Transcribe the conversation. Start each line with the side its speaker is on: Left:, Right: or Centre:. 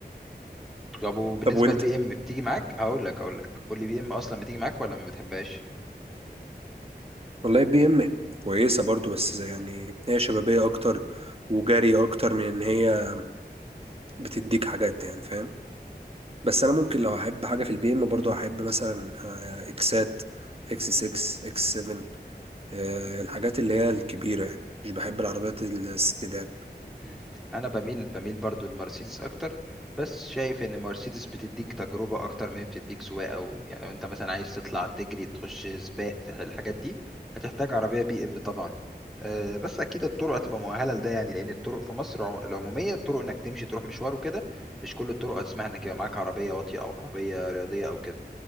Centre: طب وبالنسبه
Right: طب وانت
Centre: للبي ام بتيجي معاك هقول لك هقول لك قول لي بي ام اصلا بتيجي معاك ولا ما بتحبهاش
Right: والله بي ام كويسة برضو بس يعني هي شبابية اكتر وجري اكتر من ان هي بتديك حاجات يعني فاهم بس انا ممكن لو هحب حاجه في البي ام برضو هحب مثلا آه، اكسات اكس 6 اكس 7 آه، الحاجات اللي هي الكبيره يعني مش بحب العربيات السيدان
Centre: مم. انا بميل بميل برضو لمرسيدس اكتر بس شايف ان مرسيدس بتديك تجربه اكتر ما هي بتديك سواقه او يعني لو انت مثلا عايز تطلع تجري تخش سباق الحاجات دي هتحتاج عربيه بي ام طبعا أه بس اكيد الطرق هتبقى مؤهله لده يعني لان الطرق في مصر عم- العموميه الطرق انك تمشي تروح مشوار وكده مش كل الطرق هتسمح انك يبقى معاك عربيه واطيه او عربيه رياضيه او كده